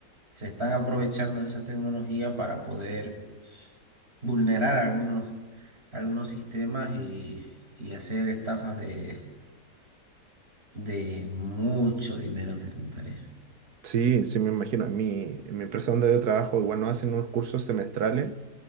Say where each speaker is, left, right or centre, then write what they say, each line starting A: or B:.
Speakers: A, on the right (about 35°); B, on the right (about 65°).
A: se están aprovechando de esa tecnología para poder vulnerar algunos, algunos sistemas y, y hacer estafas de, de mucho dinero, te contaré.
B: sí, sí, me imagino. En mi, en mi empresa donde yo trabajo, igual nos hacen unos cursos semestrales,